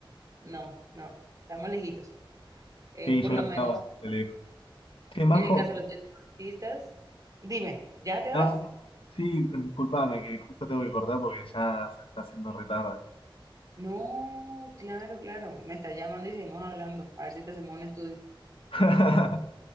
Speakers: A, on the right; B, on the left.
A: no, no, estamos lejitos. Eh,
B: sí,
A: por
B: yo creo
A: lo
B: que
A: menos
B: está bastante lejos. Che, Majo,
A: en el caso de los deportistas, dime, ¿ya te
B: Ah,
A: vas?
B: no, sí, eh, disculpame, que justo tengo que cortar porque ya se me está haciendo retarde.
A: No, claro, claro, me estás llamando y seguimos hablando, a ver si te hacemos un estudio.
B: <laughs>